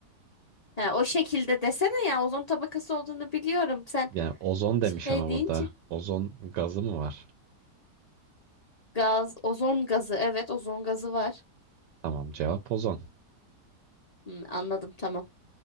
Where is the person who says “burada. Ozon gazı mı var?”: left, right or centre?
Right